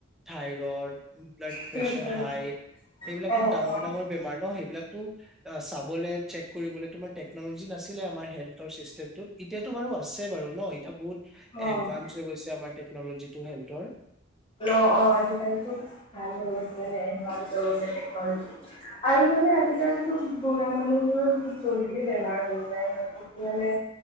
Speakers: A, in the centre; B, on the left.
A: থাইৰইড ব্লাড
B: ঠিক
A: প্ৰেছাৰ
B: আছে,
A: হাই সেইবিলাকতো
B: অ',
A: ডাঙৰ
B: অ',
A: ডাঙৰ বেমাৰ ন সেইবিলাকতো অ চাবলে চেক কৰিবলৈ তোমাৰ টেকন'লজি নাছিলে আমাৰ হেল্থৰ চিষ্টেমত এতিয়াাতো বাৰু আছে বাৰু ন এতিয়া বহুত
B: অ'।
A: এডভানস হৈ গৈছে আমাৰ টেকনলজিটো হেল্থৰ
B: অ অ আজিকালিটো ভাল হৈ গৈছে মানে এডভানস হৈ গৈছে টেকনলজি আৰু মানে আজিকালিতো বুঢ়া মানুহ মোৰত জল্দিয়ে বেমাৰ হৈ যায় সিহঁত এইটো মানে